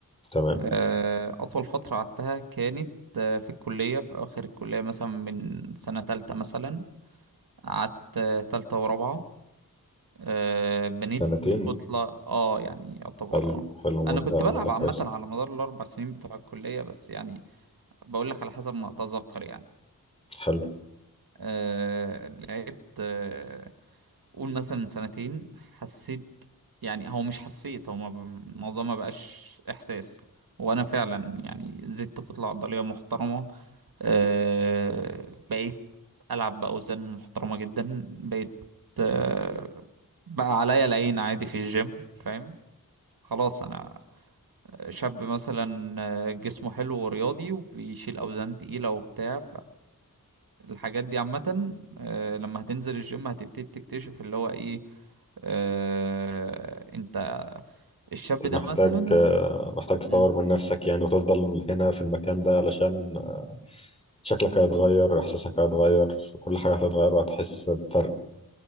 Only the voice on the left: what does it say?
تمام
سنتين
حلو
حلو
مدة
مدة كويسة
حلو
محتاج
آه،
محتاج تطور
من نفسك يعني وتفضل هنا في المكان ده علشان شكلك هيتغير إحساسك هيتغير كل حاجة هتتغير وهتحس بفرق